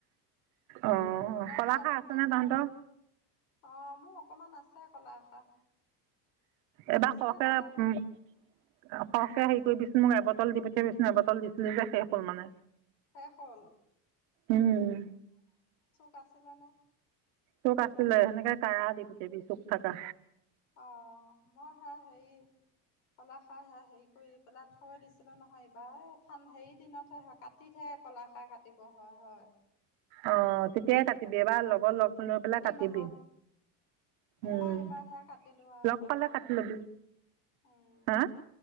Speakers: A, on the right; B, on the left.
A: অ'
B: কলাখাৰ
A: কলা খাৰ
B: তমান
A: আছেনে
B: দি
A: তহঁতৰ?
B: দিবি? অ মোক। অকণমান আছে কলাখাৰ?
A: এইবাৰ
B: আছে
A: সৰকে
B: কলাখাৰ
A: উ। সহকে হেৰি কৰিবিচোন মোক এবটল দি পঠিয়াবিছোন এবটল দিছ? জাকে অকল মানে
B: শেষ হ'ল
A: উম।
B: পছিলা নে।
A: চুক আছিলে সেনেকে কাৰা দি পুঠাবি চুক। থকা।
B: আহ মই আহে সেই? কলাখাৰ হেৰি কৰি পেলাই থৈ দিছিলো নহয় এইবাৰ এই হেৰি দিনতহে কাটিহে কলাখাৰ কাটিব হয় হয়।
A: অ তেতিয়াই কাটিবি এবাৰ লগৰ লগ লৈ পেলাই
B: এই
A: কাটিবি
B: মাহত এ
A: উম
B: মই এইবাৰ সেয়া কাটিলো আৰু
A: লগ
B: অকলে
A: পালে
B: অকলে
A: কাটি ল'বি
B: উম
A: হা